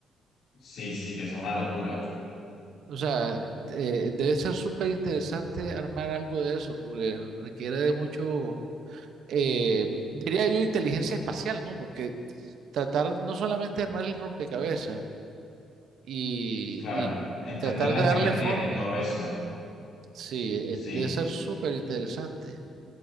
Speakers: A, on the left; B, on the right.
A: Sí, sí, que es una locura.
B: O sea, eh, debe ser súper interesante armar algo de eso, porque requiere de mucho, eh, diría yo, inteligencia espacial, ¿no? Porque tratar no solamente de armar el rompecabezas y,
A: pues, Claro, en-
B: y-
A: entender
B: y tratar
A: las
B: de darle
A: geometrías
B: forma,
A: y todo eso.
B: sí, eh,
A: Sí,
B: debe ser súper interesante.